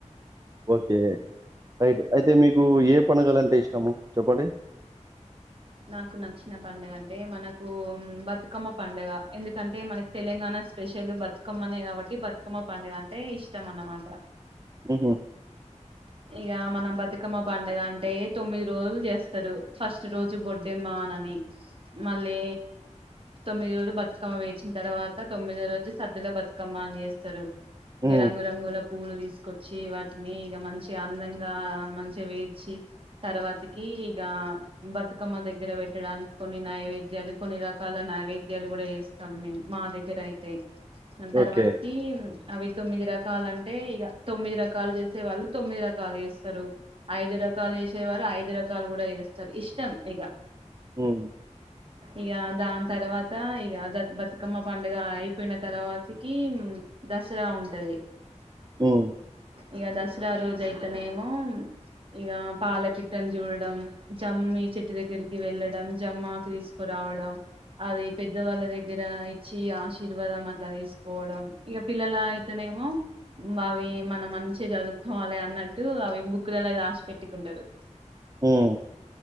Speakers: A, on the right; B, on the right.
A: ఓకే రైట్ అయితే మీకు ఏ పండగలంటే ఇష్టము చెప్పండి.
B: నాకు నచ్చిన పండుగ అంటే మనకూ బతుకమ్మ పండుగా ఎందుకంటే మనక్ తెలంగాణ స్పెషల్ బతుకమ్మనే కాబట్టి బతుకమ్మ పండుగ అంటే ఇష్టం అన్నమాట.
A: హు హ్మ్.
B: ఇగ మనం బతుకమ్మ పండుగ అంటే తొమ్మిది రోజులు చేస్తరు ఫస్ట్ రోజు బొడ్డెమ్మన్ అని మళ్ళీ తొమ్మిది రోజులు బతుకమ్మ వేచిన తర్వాత తొమ్మిదో రోజు సద్దుల బతుకమ్మ అని చేస్తరు ఇగ
A: ఉమ్
B: రంగురంగుల పూలు తీసుకొచ్చి వాటిని ఇక మంచి అందంగా మంచిగా వేడ్చి తర్వాతికి ఇక బతుకమ్మ దగ్గర పెట్టడానికి కొన్ని నైవేద్యాలు కొన్ని రకాల నైవేద్యాలు కూడా జెస్తాం మేము మా దగ్గర అయితే అ తర్వాతకి
A: ఓకే
B: అవి తొమ్మిది రకాలం అంటే ఇగ తొమ్మిది రకాలు చేసే వాళ్ళు తొమ్మిది రకాలు జెస్తరు ఐదు రకాలు వేసేవారు ఐదు రకాలు కూడా చేస్తారు ఇష్టం ఇగ
A: ఉమ్
B: ఇగ దాని తర్వాత ఇగ బతుకమ్మ పండుగ అయిపోయిన తర్వాతకి దసర ఉంటది
A: హమ్
B: ఇగ దస్ దుసర రోజు అయితేనేమో ఇక పాలపిట్టను చూడడం జమ్ చెట్టు దగ్గరికి వెళ్ళడం జమ్మకు తీసుకురావడం అది పెద్దవాళ్ళ దగ్గర ఇచ్చి ఆశీర్వాదం అట్ల తీసుకోవడం ఇక పిల్లల అయితేనేమో అవి మన మంచిగ చదువు హోలే అన్నట్టు అవి బుక్కులలో రాసి పెట్టుకుంటరు
A: హమ్